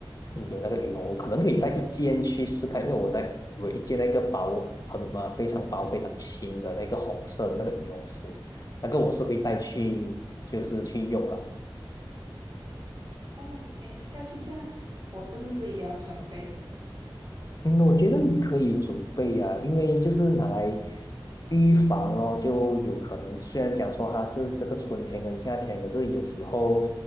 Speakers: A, on the left; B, on the right.
A: 嗯有那个羽绒我可能可以带一件去试看，因为我那我一件那个薄很啊非常薄、非常轻的那个红色的那个羽绒服，那个我是会带去就是去用了。
B: 哦，你会带去这样，我是不是也要准备？
A: 嗯，我觉得你可以准备啊，因为就是拿来预防咯，就有可能虽然讲说它是这个春天跟夏天，可是有时候